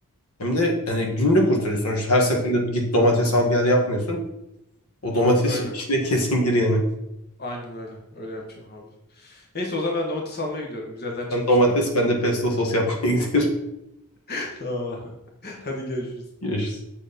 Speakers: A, on the left; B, on the left.
A: hem de yani günde kurtarıyor sonuçta. Her
B: evet
A: seferinde git domates al gel yapmıyorsun. O domates
B: öyle.
A: içine <laughs> kesin gir yani.
B: Aynen öyle. Öyle yapacağım abi. Neyse o zaman ben domates almaya gidiyorum. Güzeller çıkmıştır
A: Sen domates
B: artık.
A: ben de pesto sos yapmaya <laughs> gidiyorum.
B: <laughs> Tamam abi. <laughs> Hadi görüşürüz.
A: Görüşürüz.